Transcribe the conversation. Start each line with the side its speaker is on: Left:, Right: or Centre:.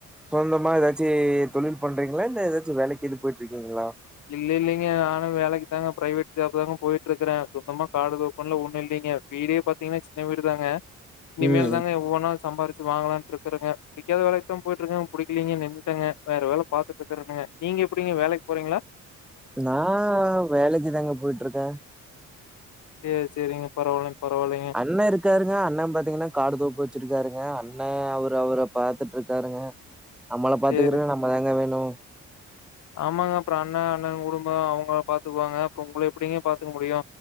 Centre: சொந்தமா ஏதாச்சு தொழில் பண்றீங்ளா இல்ல ஏதாச்சு வேலைக்கி இது போயிட்ருக்கீங்ளா
Left: இல்ல இல்லிங்க நானு வேலைக்கு தாங்க பிரைவேட் ஜாப் தாங்க போயிட்ருக்கறே சொந்தமா காடு தோப்புன்லா ஒண்ணு இல்லைங்க வீடே பாத்தீங்னா சின்ன வீடு தாங்க இனிமேல்
Centre: ம்.
Left: தாங்க ஒவ்வொன்னா சம்பாரி ச்சு வாங்கலான் ருக்கிறங்க பிடிக்காத வேலைக்தா போயிட்ருக்க புடிக்கிளிங்க நின்ட்டேங்க வேற வேலபாத் துட்ருக்கறங்க நீங்க எப்டிங்க வேலைக் போறீங்ளா
Centre: நா வேலைக்கு தாங்க போயிட்ருக்க
Left: சேர் செரிங்க பரவால்லங் பரவால்லைங்க
Centre: அண்ணே இருக்காருங்க அண்ணே பாத்தீங்னா காடு தோப்பு வெச்சிருக்காருங்க அண்ணே அவர் அவுர பாத்துட்ருக்காருங்க நம்மள பாத்துக்கிறக
Left: சேரி.
Centre: நம்மதாங்க வேணு
Left: ஆமாங்க அப்ற அண்ண அண்ணன் குடும்போ அவுங்கள பாத்துக்குவாங்க அப்ற உங்கள எப்டிங்க பாத்துக்க முடியு